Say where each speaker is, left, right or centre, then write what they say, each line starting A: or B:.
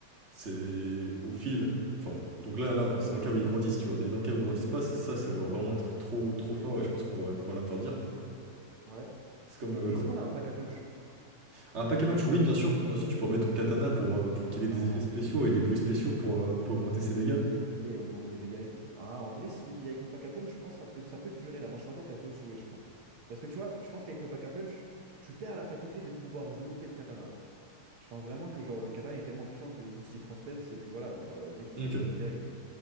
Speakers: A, on the right; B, on the right.
A: c'est au fil. Enfin, donc
B: Ça-
A: là, là, on- c'est dans le cas où ils grandissent, tu vois. Mais dans le cas où ils grandissent pas, ça, ça va vraiment être trop trop fort et je pense qu'on va qu'on va l'interdire.
B: ouais.
A: C'est comme,
B: Et
A: euh, comme
B: est-ce qu'on a un pack à punch?
A: Un pack à punch, oui, bien sûr. Bien sûr, tu peux remettre ton katana pour, euh, pour qu'il
B: Ah,
A: ait des effets spéciaux et des bruits spéciaux pour, euh, pour augmenter ses dégâts.
B: et augmenter les dégâts et tout. Ah, en vrai, si avec le pack à punch, je pense que ça peut, ça peut durer. La manche 50 elle peut se jouer, je pense. Parce que tu vois, je pense qu'avec le pack à punch, tu perds la faculté de pouvoir bloquer le katana. genre. Je pense vraiment que genre le katana est tellement puissant que juste il transperce et puis voilà, genre euh, le mec il
A: Ok.
B: se décompose direct.